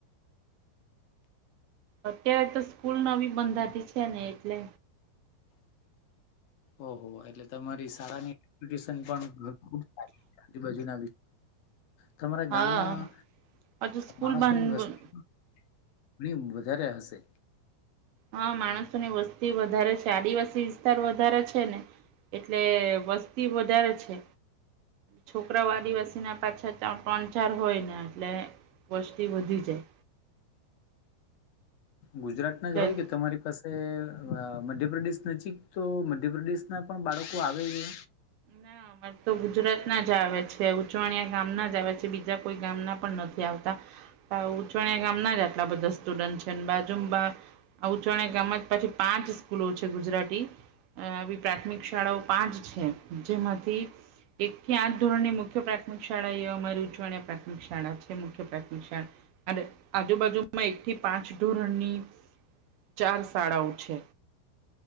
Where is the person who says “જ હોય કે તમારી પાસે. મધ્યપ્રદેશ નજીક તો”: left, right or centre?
Left